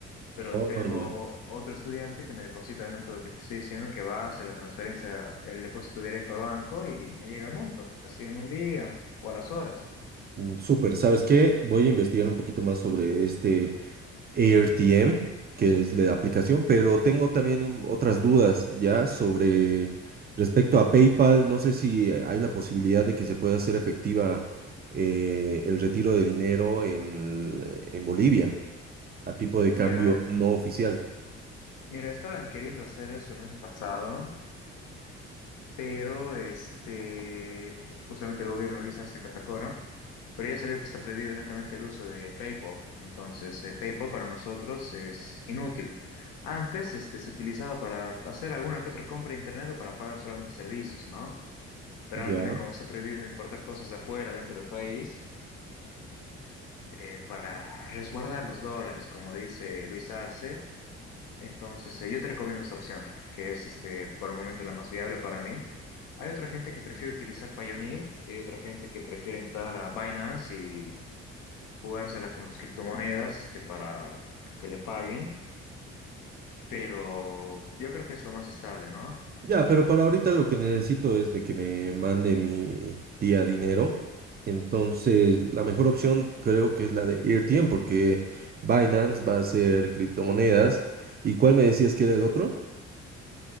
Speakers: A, on the left; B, on the right.
A: pero
B: Oh,
A: tengo
B: ya.
A: otro estudiante que me deposita el método que te estoy diciendo que va a hacer la transferencia, el depósito directo al banco y me llega el monto, así en un día o a las horas.
B: Mm, Súper, ¿sabes qué? Voy a investigar un poquito más sobre este AirTM, que es la aplicación, pero tengo también un- otras dudas ya sobre respecto a PayPal. No sé si hay la posibilidad de que se pueda hacer efectiva eh, el retiro de dinero en, en Bolivia a tipo de cambio
A: Mira,
B: no oficial.
A: mira, estaban queriendo hacer eso en un pasado, pero este, justamente el gobierno de Luis Arce Catacora, pero ya salió que está prohibido netamente el uso de PayPal, entonces eh, PayPal para nosotros es inútil. Antes este, se utilizaba para hacer alguna que otra compra de internet o para pagar solamente servicios, ¿no? pero ahora
B: Ya.
A: también como está prohibido importar cosas de afuera, dentro del país, eh, para resguardar los dólares, como dice Luis Arce, entonces eh, yo te recomiendo esta opción, que es este, por el momento la más viable para mí. Hay otra gente que prefiere utilizar Payoneer y hay otra gente que prefiere entrar a Binance y jugársela con las criptomonedas este, para que le paguen, pero yo creo que es lo más estable, ¿no?
B: Ya, pero para ahorita lo que necesito es de que me mande mi tía dinero. Entonces, la mejor opción creo que es la de Airtm porque Binance va a ser criptomonedas. ¿Y cuál me decías que era el otro?